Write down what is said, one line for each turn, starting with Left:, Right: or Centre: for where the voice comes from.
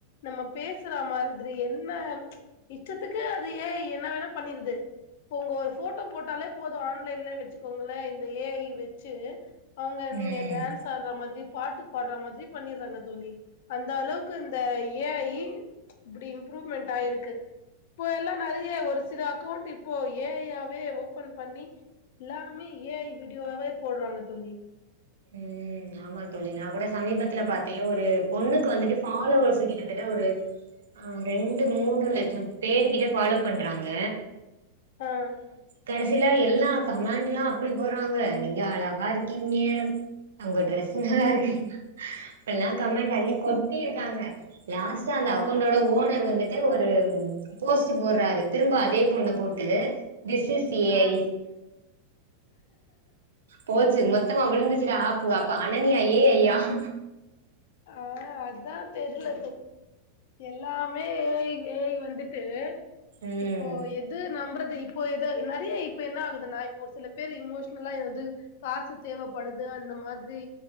Left: நம்ம பேசுறா மாத்ரி, என்ன இஷ்டத்துக்கு அது ஏ ஐ என்ன வேணா பண்ணிருது. போ உங்க ஒரு போட்டோ போட்டாலே போதும், ஆன்லைன்ல வெச்சுக்கோங்களே இந்த ஏ ஐ வெச்சு. அவுங்க
Right: ம்
Left: நீங்க டான்ஸ் ஆடற மாதிரி பாட்டு பாடற மாத்ரி பண்ணிடுறாங்க தோழி, அந்த அளவுக்கு இந்த ஏ ஐ இப்டி இம்ப்ரூவ்மெண்ட்டாயிருக்கு. இப்போ எல்லா நெறைய ஒரு சில அக்கவுண்ட் இப் இப்போ ஏ ஐ யாவே ஓபன் பண்ணி எல்லாமே ஏ ஐ வீடியோவாவே போடறாங்க தோழி.
Right: உம் ஆமா தோழி நா கூட சமீபத்துலப் பார்த்தீங்க ஒரு பொண்ணுக்கு வந்துட்டு ஃபாலோவர்ஸ் கிட்டத்தட்ட ஒரு ஆஹ் ரெண்டு, மூணு லட்சோ பேருக்கிட்ட ஃபாலோ பண்றாங்க.
Left: ஆ
Right: கடைசியில எல்லா கமெண்ட்லா அப்டி போட்றாங்க, நீங்க அழகா இருக்கீங்க. அவுங்க ட்ரெஸ் நல்லாருக்கு. இப்பெல்லா கமெண்ட் அள்ளி கொட்டிருக்காங்க. லாஸ்ட்டா அந்த அக்கோண்டோட
Left: ஆ
Right: ஓனர் வந்துட் ஒரு போஸ்ட் போட்றாரு, திரும்ப அதே பொண்ண போட்டு திஸ் ஸ் ஏ
Left: ஆ
Right: ஐ போச்சு மொத்தமா விழுந்து கிற ஆப் ஒ அப்ப ஆனன்யா ஏ ஐ-யா <inaudible>
Left: ஆஹ் அதா தெர்ல எல்லாமே ஏ ஐ ஏ ஐ வந்துட்டு
Right: ம்
Left: இப்போ எது நம்பறத் இது இப்போ இது நறைய இப்ப என்ன ஆகுதுன்னா இப்ப ஒரு சில பேர் இமோஷனலா எது காசு தேவப்படது அந்த மாதிரி